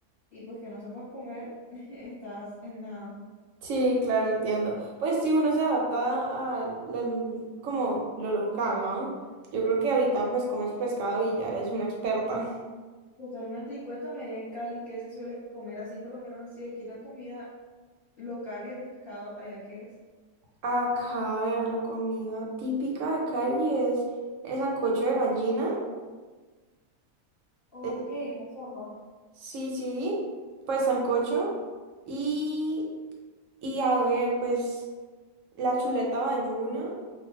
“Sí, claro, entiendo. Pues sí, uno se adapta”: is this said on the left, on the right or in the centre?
Right